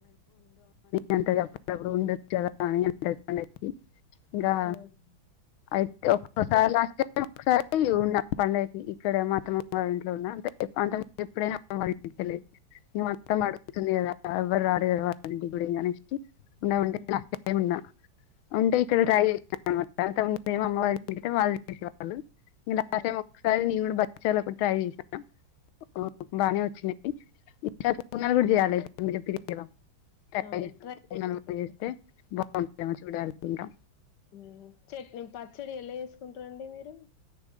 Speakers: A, on the left; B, on the left.
A: అంతే కాకుండా ఉండిచేదా అని పండక్కి ఇంకా
B: ఆవును
A: అయితే ఒక్కసారి లాస్ట్ టైం ఒకసారి ఉన్నాం పండ కి ఇక్కడ మాఅత్తమ్మ వాళ్ళింట్లో ఉన్న అంటే ఎప్పుడైనా మా అత్తమ్మ వాళ్ళ ఇంటికే వెళ్ళేది ఇగ మా అత్తమ్మ అడుగుతుంది కదా ఎవ్వరు రారు ఎవరు రారు వాళ్ళ ఇంటికి అనేసి ఉంటే
B: ఉమ్,
A: లాస్ట్ టైమ్ ఉన్నా ఉంటే ఇక్కడ
B: అవును
A: ట్రై చేసా అనమ అమ్మవారి తడితే వాళ్ళు చేసేళ్ళు ఇంకా
B: ఆ
A: లాస్ట్ టైమ్ ఒకసారి నేన్ కూడా భక్షాలు ఒకటి ట్రై చేశాం ఉ బానే వచ్చినాయి ఈసారి సుగుండలు కూడా చేయాలె మీరు చెప్పేరు కదా తయరు
B: అవును ట్రై చేయండి
A: చేస్తే బాగుంటందో లేదో చూడాలింకా
B: ఉమ్ చట్ పచ్చడి ఎలా చేసుకుంటారండి మీరు